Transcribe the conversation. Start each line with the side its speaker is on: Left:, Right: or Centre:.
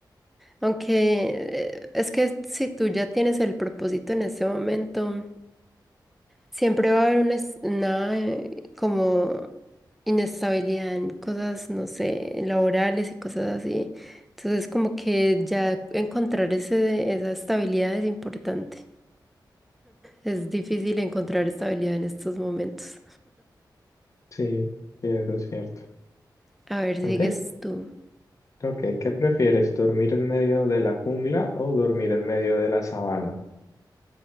Centre: aunque eh, es que si tú ya tienes el propósito en ese momento, Siempre va a haber una, es- una, eh, como inestabilidad en cosas, no sé, laborales y cosas así. Entonces, como que ya encontrar ese, esa estabilidad es importante. Es difícil encontrar estabilidad en estos momentos.
Left: Sí, sí, eso es cierto.
Centre: A ver, sigues
Left: Ok,
Centre: tú.
Left: ok, ¿qué prefieres? ¿Dormir en medio de la jungla o dormir en medio de la sabana?